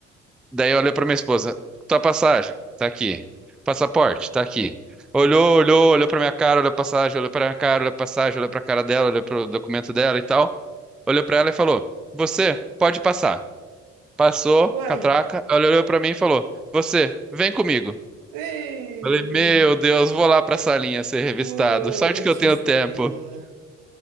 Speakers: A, in the centre; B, on the right (about 65°).
A: Daí olhou pra minha esposa. Tua passagem? Tá aqui. Passaporte? Tá aqui. Olhou, olhou, olhou pra minha cara, olhou a passagem, olhou pra minha cara, olhou a passagem, olhou pra cara dela, olhou pro documento dela e tal. Olhou pra ela e falou: Você pode passar. Passou,
B: Uai!
A: catraca. Ela olhou pra mim e falou: Você, vem comigo.
B: Ei!
A: Falei: Meu Deus, vou lá pra salinha ser revistado.
B: Putz,
A: Sorte que eu tenho tempo.
B: grila.